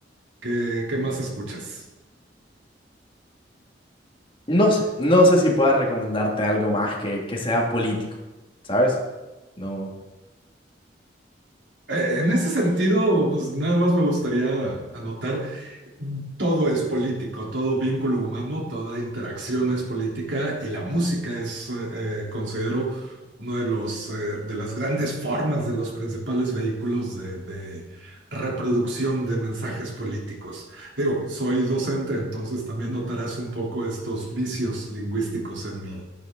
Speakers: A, on the right; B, on the left.
A: ¿qué, qué más escuchas?
B: No sé, no sé si pueda recomendarte algo más que, que sea político, ¿sabes? No.
A: Eh, en ese sentido, pues nada más me gustaría anotar. Todo es político, todo vínculo humano, toda interacción es política y la música es, eh, eh, considero, uno de los, eh, de las grandes formas, de los principales vehículos de, de reproducción de mensajes políticos. Digo, soy docente, entonces también notarás un poco estos vicios lingüísticos en mi,